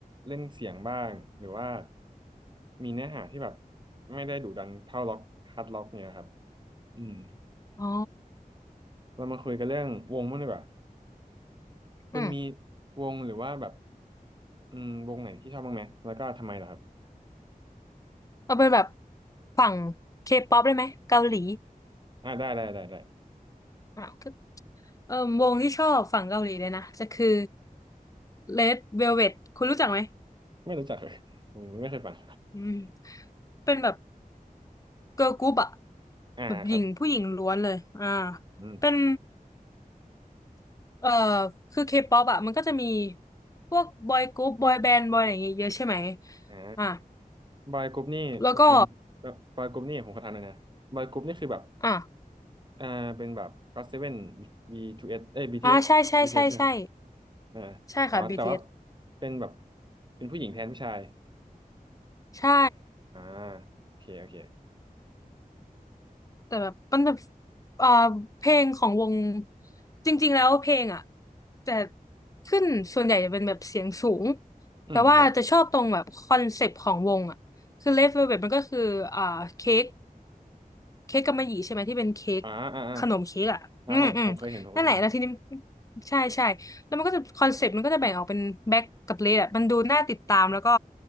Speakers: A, on the right; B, on the left.
A: เล่นเสียงบ้างหรือว่ามีเนื้อหาที่แบบไม่ได้ดุดันเท่าล็อกฮาร์ดล็อกเนี่ยครับอืม
B: อ๋อ
A: เรามาคุยกันเรื่องวงมั่งดีกว่าคุณมี
B: อืม
A: วงหรือว่าแบบอืมวงไหนที่ชอบบ้างไหมแล้วก็ทำไมล่ะครับ
B: เอาเป็นแบบฝั่งเคป๊อปได้ไหมเกาหลี
A: อ่าได้ได้ได้ได้
B: อ่ะก็เออวงที่ชอบฝั่งเกาหลีเลยนะ จะคือ Red Velvet คุณรู้จักไหม
A: ไม่รู้จักเลยผมไม่เคยฟัง
B: อืม เป็นแบบเกิร์ลกรุ๊ปอะ
A: อ่าครับ
B: แบบหญิงผู้หญิงล้วนเลย อ่า
A: อืม
B: เป็น เออคือเคป๊อปอ่ะมันก็จะมีพวกบอยกรุ๊ปบอยแบนด์บอยอะไรอย่างเงี้ยเยอะใช่ไหม
A: อ่า
B: อ่ะ
A: บอยกรุ๊ปนี่ประมาณ
B: แล้วก็
A: บอยกรุ๊ปนี่ผมขอถามหน่อยนะบอยกรุ๊ปนี่คือแบบ
B: อ่ะ
A: อ่าเป็นแบบก็อตเซเว่นบีทูเอสเอ้ยบีทีเอสบีทีเอสใช่ไหมครับ
B: อ่าใช่ใช่ใช่ใช่
A: อ่าอ๋อแต่ว่า
B: ใช่ค่ะ BTS
A: เป็นแบบเป็นผู้หญิงแทนผู้ชาย
B: ใช่
A: อ่าโอเคโอเค
B: แต่แบบมันแบบเอ่อเพลงของวงจริงๆแล้วเพลงอ่ะแต่ขึ้นส่วนใหญ่จะเป็นแบบเสียงสูง
A: อืมครับ
B: แต่ว่าจะชอบตรงแบบคอนเซปต์ของวงอ่ะคือ Red Velvet มันก็คืออ่าเค้ก เค้กกำมะหยี่ใช่ไหมที่เป็นเค้ก
A: อ่าอ่าอ่า
B: ขนมเค้กอ่ะอืมอืมนั่นแหละแล้วทีนี้
A: อ่าผมผมเคยเห็นผมเคยเห็น
B: ใช่ใช่แล้วมันก็จะคอนเซ็ปต์มันก็จะแบ่งออกเป็นแบ็คกับเลดอ่ะมันดูน่าติดตามแล้วก็